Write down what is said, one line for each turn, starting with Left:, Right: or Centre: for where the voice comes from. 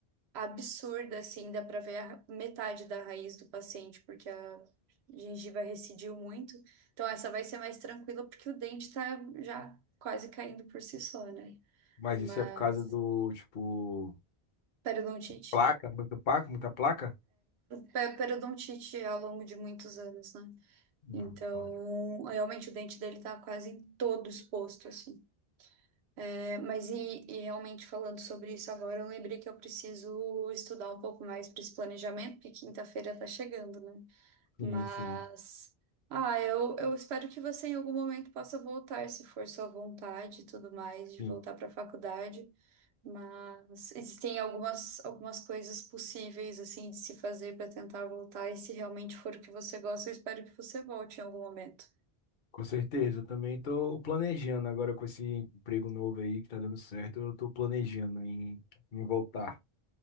Right: absurda, assim, dá pra ver a metade da raiz do paciente, porque a gengiva recidiu muito. Então essa vai ser mais tranquila, porque o dente tá já quase caindo por si só, né?
Left: Mas
Right: Mas
Left: isso é por causa do, tipo,
Right: periodontite.
Left: placa, muito placa, muita placa?
Right: Pe- periodontite ao longo de muitos anos, né?
Left: Não,
Right: Então,
Left: pode.
Right: realmente o dente dele tá quase todo exposto, assim. É, mas e, e realmente falando sobre isso agora, eu lembrei que eu preciso estudar um pouco mais para esse planejamento, porque quinta-feira tá chegando, né?
Left: Sim,
Right: Mas,
Left: sim,
Right: ah, eu, eu espero que você em algum momento possa voltar, se for sua vontade e tudo mais, de
Left: sim.
Right: voltar para a faculdade. Mas existem algumas, algumas coisas possíveis assim de se fazer para tentar voltar, e se realmente for o que você gosta, eu espero que você volte em algum momento.
Left: Com certeza. Eu também tô planejando agora com esse emprego novo aí que tá dando certo. Eu tô planejando em, em voltar.